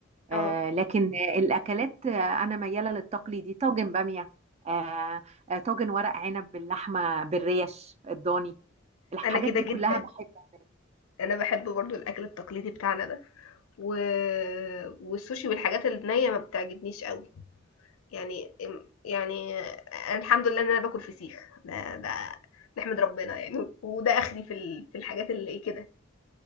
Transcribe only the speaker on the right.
آه لكن الاكلات آه انا ميالة للتقليدي طاجن بامية آه آه، طاجن ورق عنب باللحمة بالريش الضاني الحاجات
دي
كلها بحبها